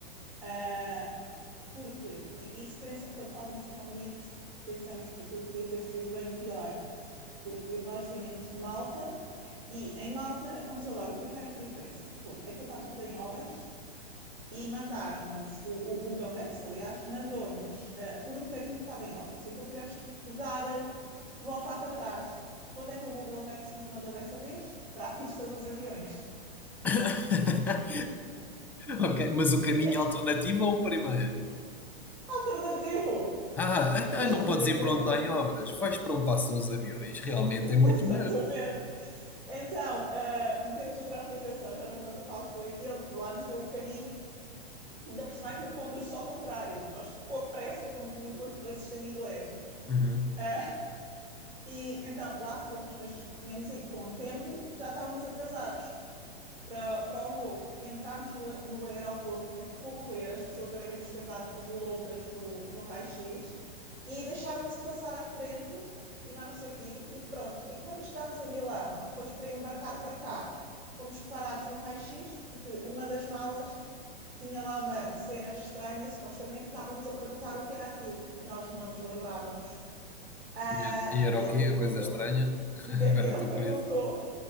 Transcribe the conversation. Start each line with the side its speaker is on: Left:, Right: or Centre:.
Right: Ah, porque isso pensa, quando falo nisso com amigos, pensamos aquilo podia ter sido bem pior, porque nós vínhamos de Malta e em Malta aconteceu logo a primeira peripécia, que foi aquilo estava tudo em obras e mandaram-nos, o, o Google Maps, aliás, mandou-nos ah, por um caminho que estava em obras. Então tivemos que dar ah, voltar para trás. Onde é que o Google Maps nos mandou dessa vez? Para a pista dos aviões.
Centre: <laughs> Ok, mas o caminho
Right: É
Centre: alternativo ou o primeiro?
Right: alternativo!
Centre: Ah,
Right: É,
Centre: então
Right: é, Efe,
Centre: não podes
Right: efetivamente,
Centre: ir para onde está em obras. Vais para onde passam os aviões. Realmente
Right: <laughs>
Centre: é muito
Right: exatamente.
Centre: melhor.
Right: Então, uh, metemos outra aplicação, já não me lembro qual foi, e ele lá nos deu o caminho, ainda por cima aquilo conduz só ao contrário. Nós, com a pressa, com tudo, aquilo é sistema inglês.
Centre: Uhum.
Right: Uh, e então lá fomos, mas tínhamos ido com o tempo, já estávamos atrasados. para, para o voo. Entramos no, no aeroporto a correr, as pessoas devem nos ter dado como loucas no, no raio-x e deixaram-nos passar à frente e mas não sei o quê, e pronto. E quando chegámos a Milão, depois para embarcar para cá, fomos parados no raio-x porque uma das malas tinha lá uma cena estranha, supostamente, e estávamos a perguntar o que era aquilo e nós não nos lembrávamos. Uh,
Centre: E era e era
Right: e
Centre: o
Right: ele
Centre: quê?
Right: perguntou,
Centre: A coisa estranha? <laughs> Agora
Right: ele
Centre: estou
Right: perguntou
Centre: curioso.